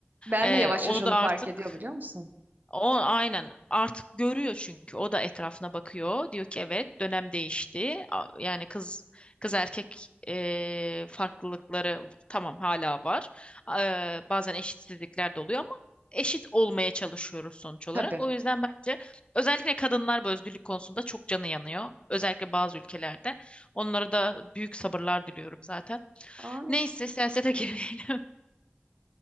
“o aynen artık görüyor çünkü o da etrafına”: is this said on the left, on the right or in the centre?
Left